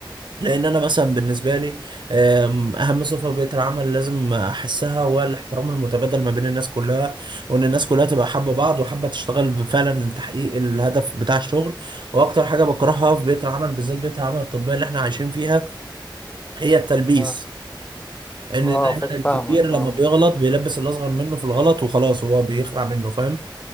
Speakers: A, on the right (about 65°); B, on the left (about 15°).
A: لان انا مثلا بالنسبه لي أم، اهم صفه في بيئه العمل لازم احسها هو الاحترام المتبادل ما بين الناس كلها وان الناس كلها تبقى حابه بعض وحابه تشتغل فعلا لتحقيق الهدف بتاع الشغل واكتر حاجه بكرهها في بيئه العمل بالذات بيئه العمل الطبيه اللي احنا عايشين فيها هي التلبيس
B: اه
A: ان
B: آه،
A: دايما
B: فاك- فاهمك
A: الكبير لما
B: فاهمك
A: بيغلط بيلبس الاصغر منه في الغلط وخلاص هو بيخلع منه فاهم